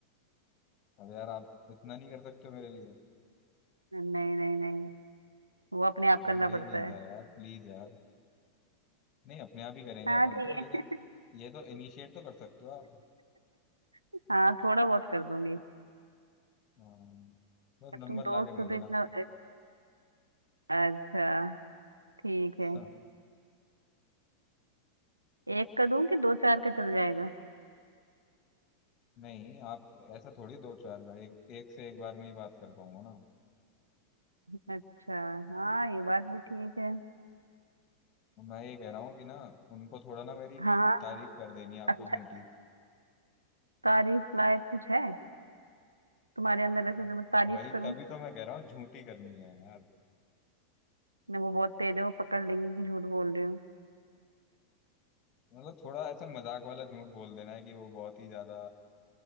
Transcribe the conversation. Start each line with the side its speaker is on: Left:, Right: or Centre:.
Left: अब यार आप इतना नहीं कर सकते हो मेरे लिए
Right: नहीं नहीं नहीं वो अपने आप
Left: अरे
Right: करना
Left: नहीं
Right: पड़ता
Left: नहीं
Right: है
Left: यार यार प्लीज यार नहीं अपने आप ही करेंगे
Right: हाँ
Left: अपन
Right: ठीक
Left: तो लेकिन
Right: है
Left: ये तो इनिशिएट तो कर सकते हो आप
Right: <laughs> हाँ थोड़ा बहुत कर दूंगी
Left: हाँ बस
Right: अब
Left: नंबर
Right: तुम
Left: ला
Right: दोस्त
Left: के दे
Right: हो तो
Left: देना
Right: इतना
Left: मेरे
Right: अच्छा ठीक है
Left: को
Right: एक का दूं कि दो चार का चल जाएगा
Left: नहीं आप ऐसा थोड़ी दो चार बार एक एक से एक बार में ही बात कर पाऊंगा ना
Right: अच्छा हाँ ये बात भी ठीक है
Left: मैं ये कह रहा हूँ कि ना उनको थोड़ा ना मेरी
Right: हाँ
Left: तारीफ कर देनी है आपको
Right: अच्छा
Left: झूठी
Right: तारीफ लायक कुछ है तुम्हारे अंदर ऐसे
Left: हाँ,
Right: जो मैं तारीफ
Left: वही
Right: करूं
Left: तभी तो मैं कह रहा हूँ झूठी करनी है यार
Right: नहीं, वो बहुत तेज है वो पकड़ लेंगी कि झूठ बोल रही हूँ
Left: मतलब थोड़ा ऐसा मजाक वाला झूठ बोल देना है कि वो बहुत ही ज्यादा